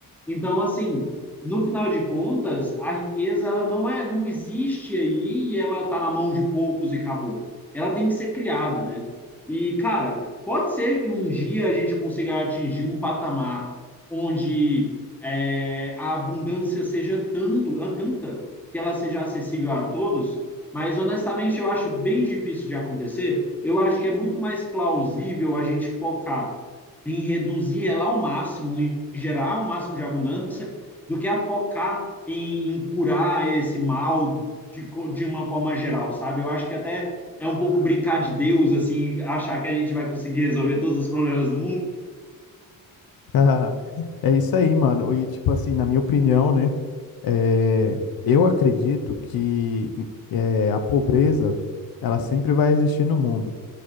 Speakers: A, in the centre; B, on the left (about 80°).
A: Então, assim, no final de contas, a riqueza ela não é, não existe aí e ela está na mão de poucos e acabou. Ela tem que ser criada, né? E, cara, pode ser que um dia a gente consiga atingir um patamar onde é, a abundância seja tanto, ah, tanta que ela seja acessível a todos, mas honestamente eu acho bem difícil de acontecer. Eu acho que é muito mais plausível a gente focar em reduzir ela ao máximo, em gerar o máximo de abundância, do que a focar em, em curar esse mal de, de uma forma geral, sabe? Eu acho que até é um pouco brincar de Deus, assim, achar que a gente vai conseguir resolver todos os problemas do mundo.
B: <laughs> É isso aí, mano. E tipo assim, na minha opinião, né? é, eu acredito que é, a pobreza ela sempre vai existir no mundo.